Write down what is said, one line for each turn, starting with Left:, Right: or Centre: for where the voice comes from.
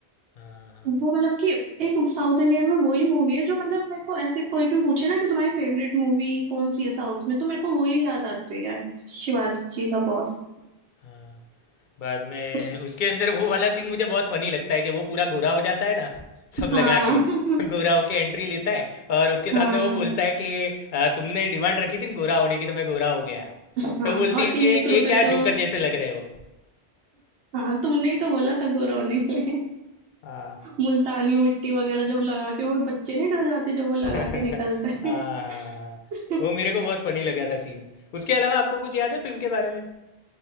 Left: हाँ
Right: वो मतलब कि एक साउथ इंडियन में वही मूवी है जो मतलब मेरे को ऐसे कोई भी पूछे ना कि तुम्हारी फेवरेट मूवी कौन सी है साउथ में तो मेरे को वही याद आती है Shivaji the boss
Left: हाँ बाद में
Right: उस
Left: उसके अंदर वो वाला सीन मुझे बहुत फनी लगता है कि वो पूरा गोरा हो जाता है ना सब लगा
Right: हाँ
Left: के
Right: <laughs>
Left: <laughs> गोरा होके एंट्री लेता है और उसके
Right: हाँ
Left: सामने वो बोलता है कि "आ, तुमने डिमांड रखी थी ना गोरा होने की तो मैं गोरा हो गया
Right: हाँ
Left: तो बोलती
Right: और
Left: है कि
Right: एक
Left: कि ये
Right: रुपए
Left: क्या
Right: से वो
Left: जोकर जैसे लग रहे हो
Right: हाँ तुमने ही तो बोला था गोरो ने <laughs>
Left: हाँ
Right: मुल्तानी मिट्टी वगैरह जब लगा के वो बच्चे नहीं डर जाते जब वो
Left: <laughs>
Right: लगा के निकलते
Left: हाँ हाँ, हाँ।
Right: हैं <laughs>
Left: वो मेरे को बहुत फनी लगा था सीन उसके अलावा आपको कुछ याद है फिल्म के बारे में